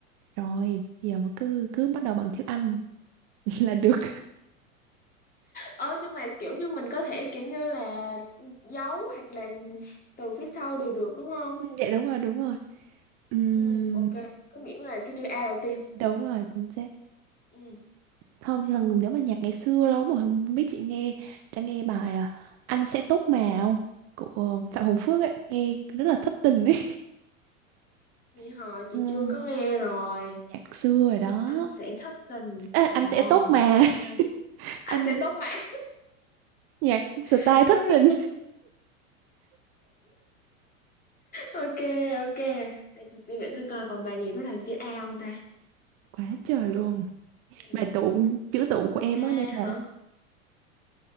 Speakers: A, on the right; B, on the left.
A: Rồi, bây giờ mà cứ cứ bắt đầu bằng chữ anh <laughs> là được.
B: ờ nhưng mà kiểu như mình có thể kiểu như là giấu hoặc là từ phía sau đều được đúng không
A: Ừ, dạ đúng rồi đúng rồi Ừm,
B: ừ ok cứ miễn là cái chữ A đầu tiên
A: đúng rồi chính xác
B: ừ
A: thôi thường nếu mà nhạc ngày xưa lâu mà không biết chị nghe chị nghe bài à, anh sẽ tốt mà không của Phạm Hồng Phước ấy nghe rất là thất tình ấy
B: vậy họ
A: <laughs>
B: chị
A: Ừm,
B: chưa có nghe rồi
A: nhạc xưa rồi đó
B: anh sẽ thất tình
A: Ê,
B: ồ
A: anh sẽ tốt mà
B: ok
A: <laughs> anh
B: anh sẽ tốt mà
A: nhạc style
B: <laughs> sorry
A: thất tình <laughs>
B: ok ok để tôi suy nghĩ thử coi còn bài gì bắt đầu chữ A không ta
A: quá trời luôn
B: ừ.
A: bài tụ chữ tụ của em
B: A
A: á nên là
B: hả